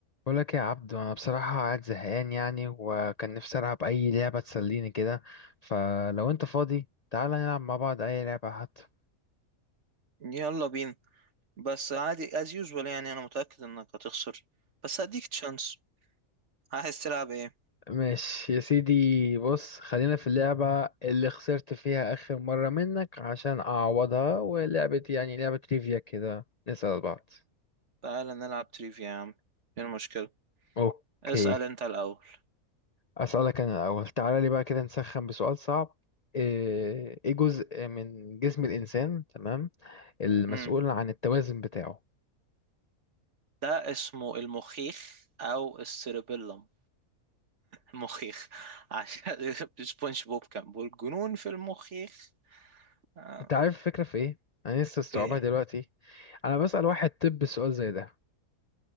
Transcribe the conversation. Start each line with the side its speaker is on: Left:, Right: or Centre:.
Left: بقول لك يا عبدو انا بصراحه قاعد زهقان يعني وكان نفسي العب اي لعبه تسليني كده فلو انت فاضي تعالى نلعب مع بعض اي لعبه حتى
Right: يلا بينا بس عادي as usual يعني انا متأكد انك هتخسر بس هديك تشانس عايز تلعب ايه
Left: ماشي يا سيدي بص خلينا في اللعبه اللي خسرت فيها اخر مره منك عشان اعوضها ولعبه يعني لعبه تريفيا كده نسال بعض
Right: تعال نلعب تريفيا يا عم ايه المشكلة
Left: اوكي
Right: اسأل انت الاول
Left: اسالك انا الاول تعالى لي بقى كده نسخن بسؤال صعب ايه إيه جزء من جسم الانسان تمام المسؤول
Right: امم
Left: عن التوازن بتاعه
Right: ده اسمه المخيخ او السيربيلم المخيخ <laughs> عشان سبونج بوب كان بيقول جنون في المخيخ آه،
Left: انت عارف الفكرة في ايه؟ انا لسه استوعبها
Right: في إيه؟
Left: دلوقتي انا بسأل واحد طب سؤال زي ده